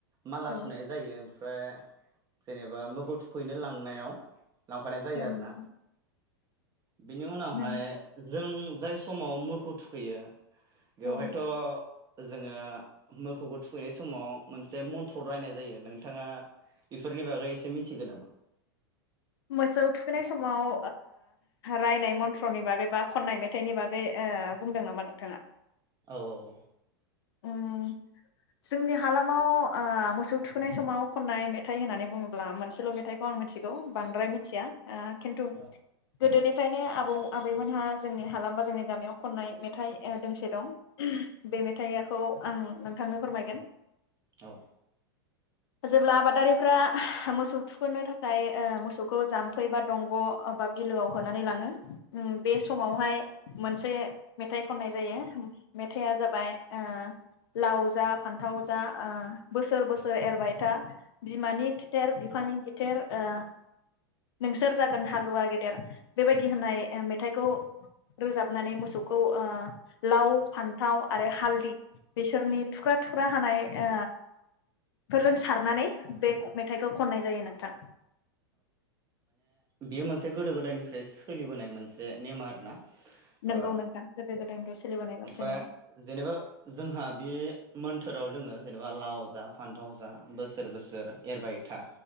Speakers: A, on the right (about 25°); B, on the left (about 75°).
A: माला
B: औ
A: सुनाय जायो ओम ओमफ्राय जेनेबा मोखौ थुखैनो लांनायाव लांफानाय जायो
B: औ
A: आरोना
B: नोंथां
A: बिनि उनावहाय
B: नों
A: जों जाय समाव मोखौ थुखैयो बेवहायथ'
B: औ नों
A: जोङो मोखौखौ थुखैनाय समाव मोनसे मन्थ्र रायनाय जायो नोंथाङा बेफोरनि बागै एसे मिथिगोन नामा?
B: मोसौ थुखैनाय समाव रायनाय मन्थ्रनि बागै बा खननाय मेथाइनि बागै ओ बुंदों नामा नोंथाङा?
A: औ औ
B: ओम जोंनि हालामाव मोसौ थुखोननाय समाव खननाय मेथाइ होननानै बुङोब्ला मोनसेल' मेथाइखौ आं मिथिगौ बांद्राय मिथिया ओ खिन्थु
A: औ
B: गोदोनि निफ्रायनो आबौ आबैमोनहा जोंनि हालाम बा जोंनि गामियाव खननाय मेथाइ ओ दोंसे दं बे मेथाइ खखौ आं नोंथांनो फोरमायगोन
A: औ
B: जेब्ला आबादारिफ्रा मोसौ थुखोननो थाखाय ओ मोसौखौ जाम्फै बा दंग' बा बिलोआव होनानै लाङो ओम बे समावहाय मोनसे मेथाइ खननाय जायो मेथाइआ जाबाय ओ लाव जा फान्थाव जा ओ बोसोर बोसोर एरबाय था बिमानि खिथेर बिफानि खि थेर ओ नोंसोर जागोन हालुवा गेदेर बेबायदि होननाय मेथाइखौ रोजाबनानै मोसौखौ ओ लाव फान्थाव आरो हाल दि बिसोरनि थुख्रा थुख्रा हानाय ओ फोरजों सारनानै बे मेथाइखौ खननाय जायो नोंथां।
A: बियो मोनसे गोदो गोदायनिफ्राय सोलिबोनाय मोनसे नेमा आरो ना?
B: नोंगौ
A: ओ
B: नोंथां गोदो गोदायनिफ्राय सोलिबोनाय मोनसे
A: ओमफ्राय
B: नेम
A: जेनेबा जोंहा बे मोन बोथोराव दोङो जेनेबा लाव जा फान्थाव जा बोसोर बोसोर एरबाय था